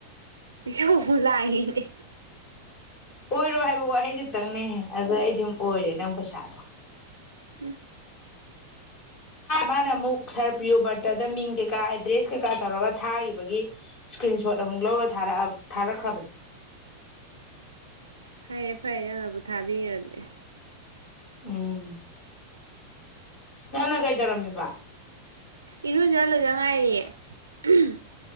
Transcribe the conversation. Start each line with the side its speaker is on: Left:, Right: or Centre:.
Right: ꯌꯥꯎ ꯐꯂ ꯍꯥꯏꯅꯦ
Left: ꯑꯣꯏ ꯔꯣꯍꯦ ꯑꯩꯩꯗꯤꯇꯪꯅꯦꯍꯦ ꯑꯗꯨꯗ ꯑꯩ ꯝ ꯑꯣꯏꯔꯦ ꯅꯪ ꯄꯩꯁꯥꯗꯣ
Right: ꯎꯝ
Left: ꯃꯥꯅ ꯑꯃꯨꯛ ꯁꯔ ꯄ꯭ꯔꯤꯌꯨ ꯕꯔꯠꯇꯗ ꯃꯤꯡ ꯀꯩꯀꯥ ꯑꯦꯗ꯭ꯔꯦꯁ ꯀꯩꯀꯥ ꯇꯧꯔꯒ ꯊꯥꯈꯤꯕꯒꯤ ꯏꯁꯀ꯭ꯔꯤꯟ ꯁꯣꯠ ꯑꯃꯨꯛ ꯂꯧꯔꯥ ꯊꯥꯔꯛꯈ꯭ꯔꯕꯅꯦ
Right: ꯐꯔꯦ ꯐꯔꯦ ꯅꯪꯕꯨ ꯊꯥꯕꯤꯈꯔꯅꯦꯦ
Left: ꯎꯝ ꯅꯅ ꯀꯩ ꯇꯔꯝꯃꯤꯕ
Right: ꯏꯔꯨꯖꯂꯣꯏꯖ ꯉꯥꯏꯔꯤꯌꯦꯦ <unintelligible>